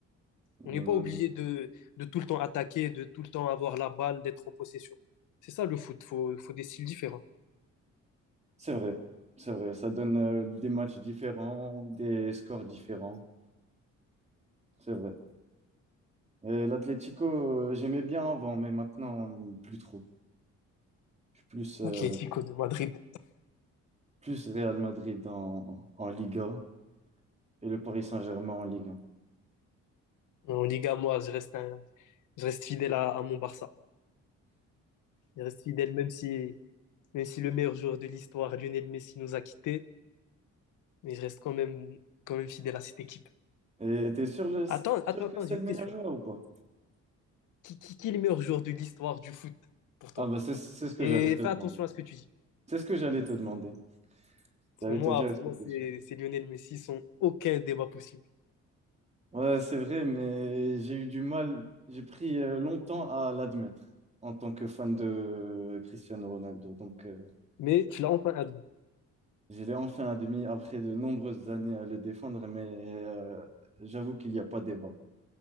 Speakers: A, on the right (about 20°); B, on the left (about 80°).
A: Hmm,
B: On n'est pas obligé de, de tout le temps attaquer, de tout le temps avoir la balle, d'être en possession. C'est ça le foot, faut, faut des styles différents.
A: c'est vrai, c'est vrai, ça donne euh, des matchs différents, des scores différents, c'est vrai. Et l'Atlético, euh, j'aimais bien avant, mais maintenant, plus trop. Je suis plus, euh,
B: Atlético de Madrid.
A: plus Real Madrid en, en Liga et le Paris Saint-Germain en Ligue 1.
B: En Liga, moi, je reste, un- je reste fidèle à, à mon Barça. Je reste fidèle, même si, même si le meilleur joueur de l'histoire, Lionel Messi, nous a quittés, mais je reste quand même, quand même fidèle à cette équipe.
A: Et t'es sûr, le, t'es
B: Attends,
A: sûr
B: attends,
A: que
B: attends,
A: c'est
B: j'ai une
A: le meilleur
B: question.
A: joueur ou pas?
B: qui, qui, qui est le meilleur joueur de l'histoire du foot pour toi?
A: Ah bah c'est c'est ce que
B: Et
A: j'allais te
B: fais
A: demander.
B: attention à ce que tu dis.
A: C'est ce que j'allais te demander.
B: Pour
A: J'allais
B: moi,
A: te dire, est-ce
B: pour
A: que
B: moi
A: t'es
B: c'est
A: sûr?
B: c'est Lionel Messi sans aucun débat possible.
A: Ouais, c'est vrai, mais j'ai eu du mal, j'ai pris euh, longtemps à l'admettre en tant que fan de Cristiano Ronaldo. Donc, euh,
B: Mais tu l'as enfin admis.
A: je l'ai enfin admis après de nombreuses années à le défendre, mais euh, j'avoue qu'il n'y a pas débat.